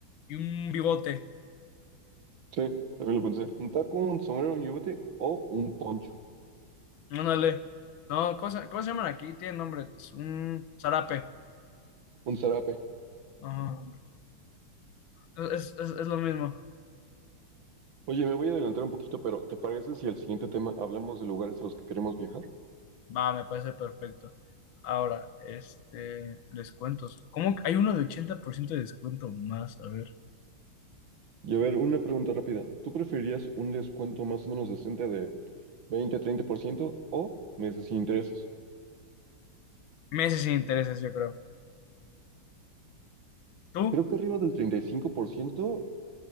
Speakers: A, on the left; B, on the right.
A: y un bigote.
B: sí, también lo pensé. Un taco, un sombrero, un yubete o un poncho,
A: Ándale. No, ¿cómo se, cómo se llaman aquí? Tienen nombre. es un zarape.
B: un zarape.
A: Ajá. Es, es- es lo mismo.
B: Oye, me voy a adelantar un poquito, pero ¿te parece si el siguiente tema hablamos de lugares a los que queremos viajar?
A: Va, me parece perfecto. Ahora, este, descuentos. ¿Cómo? que Hay uno de 80% de descuento más, a ver.
B: Y a ver, una pregunta rápida. ¿Tú preferirías un descuento más o menos decente de veinte, treinta por ciento o meses sin intereses?
A: Meses sin intereses, yo creo. ¿Tú?
B: Creo que arriba del 35%